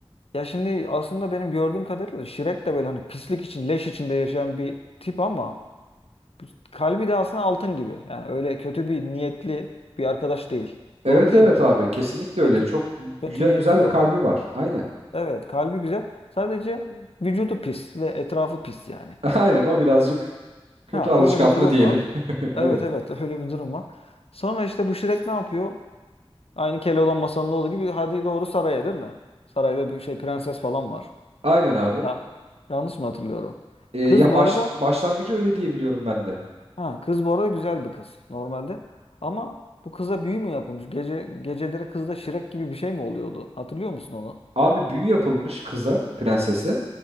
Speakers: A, on the left; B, on the right.
A: Ya şimdi aslında benim gördüğüm kadarıyla şirek de böyle hani pislik için, leş içinde yaşayan bir tip ama kalbi de aslında altın gibi. Yani öyle kötü bir niyetli bir arkadaş değil.
B: Evet
A: Doğru değil
B: evet
A: mi?
B: abi kesinlikle öyle.
A: Kötü.
B: Çok güzel
A: Kötü niyeti
B: güzel
A: yok.
B: bir kalbi var. Aynen.
A: Evet, kalbi güzel. Sadece vücudu pis ve etrafı pis yani.
B: <laughs> Aynen o birazcık kötü
A: Ha,
B: alışkanlığı
A: öyle bir durum
B: diyelim.
A: var.
B: <laughs> Evet.
A: Evet evet <laughs> öyle bir durum var. Sonra işte bu Shrek ne yapıyor? Aynı Keloğlan masalında olduğu gibi hadi doğru saraya değil mi? Sarayda bir şey prenses falan var.
B: Aynen abi.
A: Ya, yanlış mı hatırlıyorum?
B: Ee, ya
A: Kız bu
B: baş,
A: arada
B: başlangıcı öyle diye biliyorum ben de.
A: ha kız bu arada güzel bir kız normalde. Ama bu kıza büyü mü yapılmış? Gece geceleri kızda Shrek gibi bir şey mi oluyordu? Hatırlıyor musun onu?
B: Abi büyü yapılmış kıza, prensese